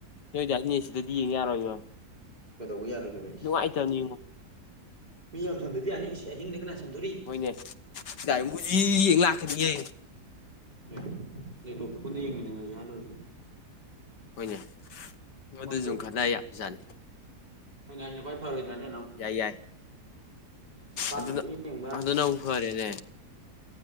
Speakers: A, on the left; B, on the right.
A: ꯅꯣꯏꯗꯥꯏ ꯅꯦꯠ ꯁꯤꯗꯗꯤ ꯌꯦꯡ ꯌꯥꯔꯣꯏꯌꯣ
B: ꯀꯩꯗꯧꯕ ꯌꯥꯔꯣꯏꯗꯣꯏꯕ ꯏꯁ
A: ꯅꯨꯡꯉꯥꯏꯇꯕꯅꯤꯉꯣ
B: ꯃꯤ ꯌꯥꯝ ꯁꯝꯗ꯭ꯔꯗꯤ ꯌꯥꯅꯤ ꯏꯁ ꯑꯍꯤꯡꯗ ꯀꯅꯥ ꯁꯝꯗꯣꯔꯤ
A: ꯍꯣꯏꯅꯦ ꯗꯥꯏꯃꯨꯖꯤ ꯌꯦꯡ ꯂꯥꯛꯀꯅꯤꯌꯦ
B: ꯑꯦ ꯂꯦꯞꯇꯣꯞꯇ ꯄꯨꯟꯅ ꯌꯦꯡꯃꯤꯟꯅꯔꯖꯤ ꯍꯥꯏꯔ ꯂꯣꯏꯔꯦ ꯀꯩꯅꯣ
A: ꯍꯣꯏꯅꯦ ꯑꯗꯨ
B: ꯃꯀꯣꯛ
A: ꯁꯨꯝ ꯈꯟꯅ
B: ꯉꯥꯎ
A: ꯌꯥꯕꯖꯥꯠꯅꯤ
B: ꯑꯩꯅ ꯍꯥꯏꯖꯤꯅ ꯈ꯭ꯋꯥꯏ ꯐꯔꯣꯏꯗ꯭ꯔꯅꯦ ꯅꯥꯎ
A: ꯌꯥꯏ ꯌꯥꯏ
B: ꯄꯥꯛꯅꯁꯨ
A: ꯑꯗꯨꯗꯣ
B: ꯌꯦꯡꯕ
A: ꯑꯗꯨꯅꯕꯨ ꯐꯔꯦꯅꯦ